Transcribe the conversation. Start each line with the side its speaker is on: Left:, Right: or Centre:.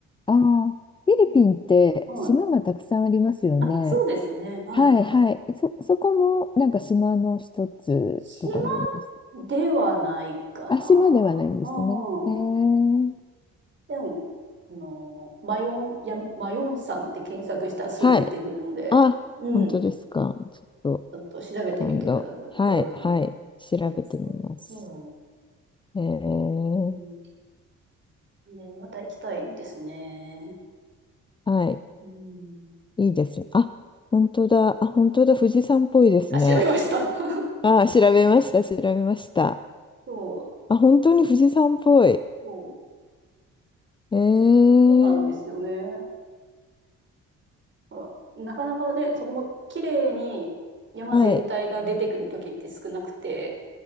Left: ああ、フィリピンって島がたくさんありますよね。
Right: はい。あ、そうですね。はいはい。
Left: はい、はい。そ、そこもなんか島の一つとかなんですか。
Right: 島ではないかな。
Left: あ、島ではないんですね。
Right: うん。
Left: へえ。
Right: でも、あのーマヨン、や、マヨンさんって検索したらすぐ出てくるので、
Left: はい。あ、
Right: うん。
Left: 本当ですか。
Right: ち
Left: ちょっと
Right: ょっと調べてみてください。
Left: 今度、はい、
Right: うん。
Left: はい、調べてみます。
Right: そうそう。うん。
Left: えー、
Right: うん。ね、また行きたいですね。
Left: はい、
Right: うん。
Left: いいですね。あ、本当だ。あ、本当だ。富士山っぽいですね。
Right: あ、調べました。<laughs>
Left: あ、調べました、調べました。
Right: そう、
Left: あ、本当に富士山っぽい。
Right: そう、
Left: えー、
Right: そうなんですよね。ほら、なかなかね、そこも綺麗に山全体が出てくる時って少なくて、
Left: はい。